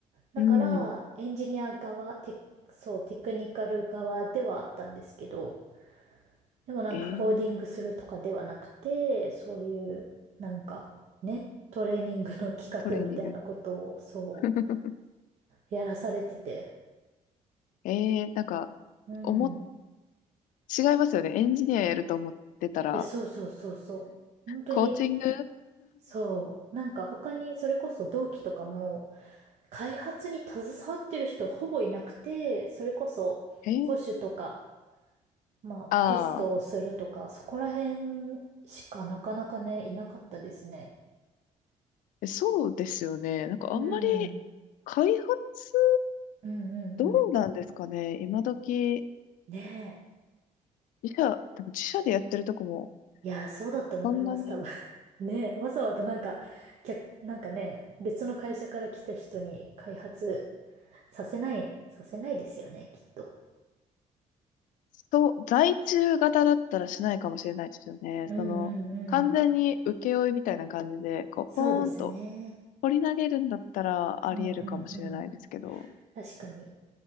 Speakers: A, on the right; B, on the left.
A: だから、
B: うん。
A: エンジニア側、テ、そう、テクニカル側ではあったんですけど、でもなんかコーディングするとかではなくて、
B: ええ
A: そういうなんかね、トレーニングの企画みたいなことをそ
B: トレーニング。<laughs>
A: うやらされてて。
B: ええなんか、
A: うん。
B: おも、
A: い
B: 違いますよね。エンジニアやると思ってたら、
A: や、そうそうそうそう。本当に、
B: コーチング
A: そう。なんか他にそれこそ同期とかも開発に携わってる人ほぼいなくて、それこそ保守とか、
B: ええ
A: まあテストをするとか、
B: ああー、
A: そこら辺しかなかなかね、いなかったですね。
B: えそうですよね。なんかあんまり
A: うん。うん
B: 開発、
A: うんうん。
B: どうなんですかね。今時、
A: ねえ。
B: 自社、多分自社でやってるとこも、
A: いやー、そうだと思います、
B: そんなに
A: 多分。<laughs> ね、わざわざなんか、客、なんかね、別の会社から来た人に開発させない、させないですよね、きっと。
B: そう、在中型だったらしないかもしれないですよね。
A: うんうんうん。
B: その、完全に請負みたいな感じで、こう、
A: そうですね。
B: ポーンと掘り投げるんだったらあり得るかもしれないですけど。
A: うんうんうん。確かに。